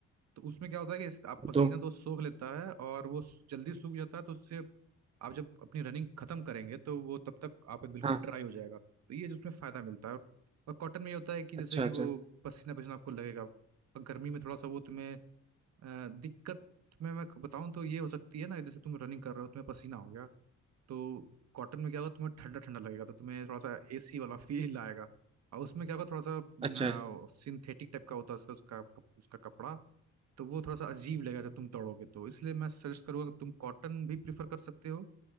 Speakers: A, on the right; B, on the right.
A: तो उसमें क्या होता है कि इस- आप पसीना
B: तो
A: तो सोख लेता है और वो स- जल्दी सूख जाता है तो उससे आप जब अपनी रनिंग खत्म करेंगे तो वो तब तक आपका बिल्कुल
B: हाँ
A: ड्राई हो जाएगा तो ये जिसमें फायदा मिलता है और कॉटन में ये होता है कि जैसे
B: अच्छा
A: कि
B: अच्छा
A: वो पसीना पसीना आपको लगेगा और गर्मी में थोड़ा सा वो तुम्हें अ, दिक्कत में मैं बताऊं तो ये हो सकती है ना जैसे तुम रनिंग कर रहे हो तुम्हें पसीना हो गया तो कॉटन में क्या होगा तुम्हें ठंडा ठंडा लगेगा तो तुम्हें थोड़ा सा एसी वाला फील आएगा और उसमें क्या होगा थोड़ा सा
B: अच्छा
A: सिंथेटिक टाइप का होता है उसका उसका उसका कपड़ा तो वो थोड़ा सा अजीब लगेगा जब तुम दौड़ोगे तो इसलिए मैं सजेस्ट करूंगा कि तुम कॉटन भी प्रिफर कर सकते हो